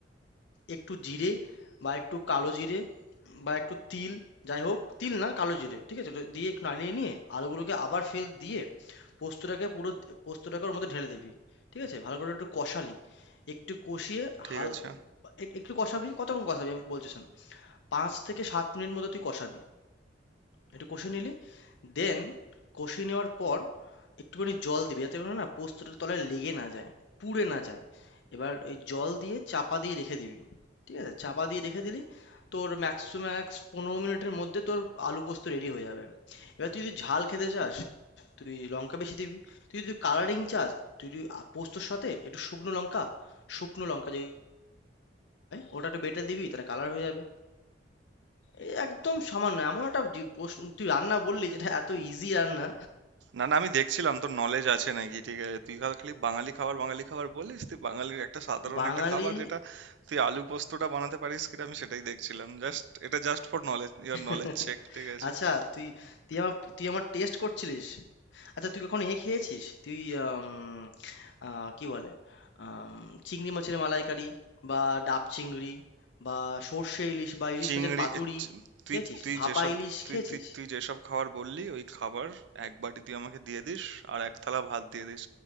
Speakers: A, on the left; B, on the right.
A: একটু জিরে বা একটু কালো জিরে বা একটু তিল যাই হোক তিল না কালো জিরে ঠিক আছে ওটা দিয়ে একটু নাড়িয়ে নিয়ে আলুগুলোকে আবার ফের দিয়ে পোস্তটাকে পুরো পোস্তটাকে ওর মধ্যে ঢেলে দিবি ঠিক আছে ভালো করে একটু কষালি একটু কষিয়ে
B: ঠিক
A: হাল
B: আছে
A: এক- একটু কষাবি কতক্ষণ কষাবি আমি বলছি শোন পাঁচ থেকে সাত মিনিট মতো তুই কষাবি একটু কষিয়ে নিলি দেন কষিয়ে নেওয়ার পর একটুখানি জল দিবি যাতে করে না পোস্তটা তলায় লেগে না যায় পুড়ে না যায় এবার ওই জল দিয়ে চাপা দিয়ে রেখে দিবি ঠিক আছে চাপা দিয়ে রেখে দিলি তোর ম্যাক্স টু ম্যাক্স পনেরো মিনিটের মধ্যে তোর আলু পোস্ত রেডি হয়ে যাবে এবার তুই যদি ঝাল খেতে চাস তুই লঙ্কা বেশি দিবি তুই যদি কালারিং চাস তুই যদি আ- পোস্তর সাথে একটু শুকনো লঙ্কা শুকনো লঙ্কা যে হয়, ওটা একটু বেটে দিবি তাহলে কালার হয়ে যাবে এই একদম সামান্য এমন একটা জি- প্রশ্ন তুই রান্না বললি যেটা এত ইজি রান্না
B: না না আমি দেখছিলাম তোর নলেজ আছে নাকি ঠিক আছে তুই খা- খালি বাঙালি খাবার বাঙালি খাবার বলিস তুই বাঙালির একটা সাধারণ
A: বাঙালি
B: একটা খাবার যেটা তুই আলু পোস্তটা বানাতে পারিস কিনা আমি সেটাই দেখছিলাম জাস্ট এটা just for knowledge your
A: <laughs>
B: knowledge check ঠিক আছে
A: আচ্ছা তুই তুই আমার তুই আমার টেস্ট করছিলিস আচ্ছা তুই কখনো এ খেয়েছিস তুই আম, আহ, কি বলে আম, চিংড়ি মাছের মালাইকারি বা ডাব চিংড়ি বা সর্ষে ইলিশ বা ইলিশ
B: চিংড়ি
A: মাছের পাতুরি
B: চি- তুই
A: খেয়েছিস
B: তুই
A: ভাপা
B: যেসব
A: ইলিশ
B: তুই
A: খেয়েছিস
B: তুই তুই যেসব খাবার বললি ওই খাবার এক বাটি তুই আমাকে দিয়ে দিস আর এক থালা ভাত দিয়ে দিস